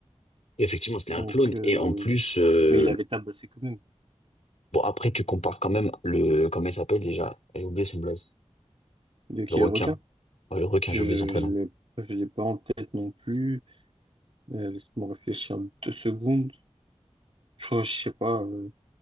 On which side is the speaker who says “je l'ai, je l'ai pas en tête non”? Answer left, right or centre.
Right